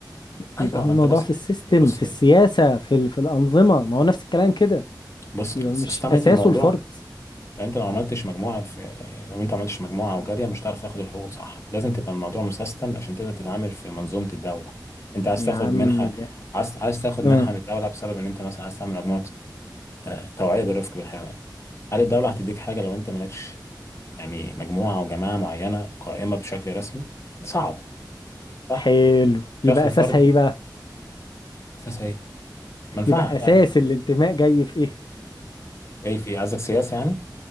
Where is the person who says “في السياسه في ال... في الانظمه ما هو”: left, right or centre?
Left